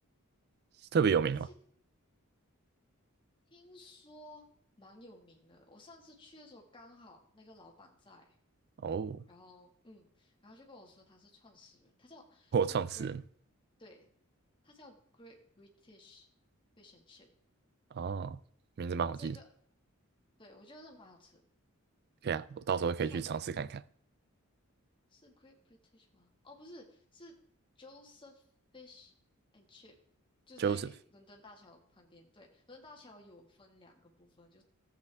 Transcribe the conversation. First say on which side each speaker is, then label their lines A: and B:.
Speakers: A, on the right (about 50°); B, on the left (about 25°).
A: 特别有名吗？
B: 我忘记，听说蛮有名的。我上次去的时候刚好那个老板在，
A: 哦。
B: 然后嗯，然后就跟我说他是创始人，他叫他叫
A: 或创始人
B: Great，对，他叫 Great British Fish and Chip。
A: 哦，名字蛮好记的，
B: 这个对，我觉得蛮好吃的
A: 可以啊，我到时候可以去尝试看看。
B: 算是是 Great British 吗？哦，不是，是 Joseph Fish and Chip，就在伦敦大桥旁边。
A: Joseph，
B: 对，伦敦大桥有分两个部分，就